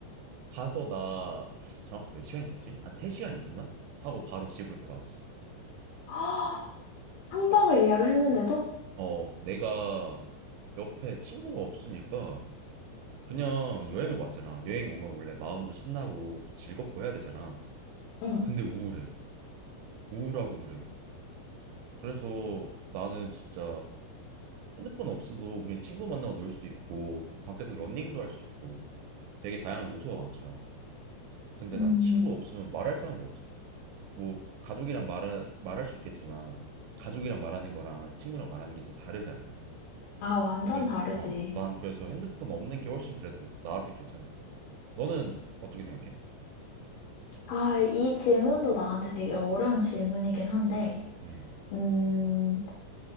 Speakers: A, on the right (about 80°); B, on the left (about 80°).
A: 가서 나 정확히 몇 시간 있었지? 한 3시간 있었나? 하고 바로 집으로 돌아왔어.
B: <gasps> 한
A: 아,
B: 박을 예약을 했는데도?
A: 어, 내가 옆에 친구가 없으니까 그냥 여행을 왔잖아. 여행 오면 원래 마음도 신나고 좀 즐겁고 해야 되잖아.
B: 응.
A: 근데 우울해. 우울하고 그래. 그래서 나는 진짜 핸드폰 없어도 우리 친구 만나고 놀 수도 있고 밖에서 러닝도 할 수 있고 되게 다양한 요소가 많잖아. 근데
B: 음.
A: 난 친구 없으면 말할 사람도 없잖아. 뭐 가족이랑 말하, 말할 수 있겠지만 가족이랑 말하는 거랑 친구랑 말하는 게 또 다르잖아.
B: 아, 완전
A: 그래서
B: 다르지.
A: 어, 난 그래서 핸드폰 없는 게 훨씬 그래도 나한테 괜찮아. 너는 어떻게 생각해?
B: 아, 이 질문도 나한테 되게 어려운 질문이긴 한데,
A: 음,
B: 음,